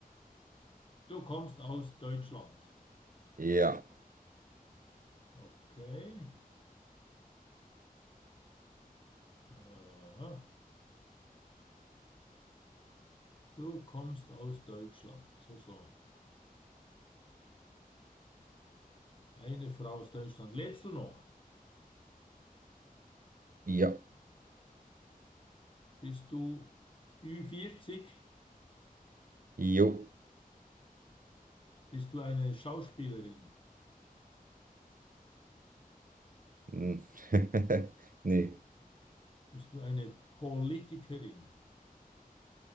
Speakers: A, on the left (about 35°); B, on the right (about 65°).
A: Du kommst aus Deutschland.
B: Ja.
A: Okay. Aha. Du kommst aus Deutschland. So, so. Eine Frau aus Deutschland. Lebst du noch?
B: Ja.
A: Bist du ü vierzig?
B: Jo.
A: Bist du eine Schauspielerin?
B: Hm. <laughs> Nee.
A: Bist du eine Politikerin?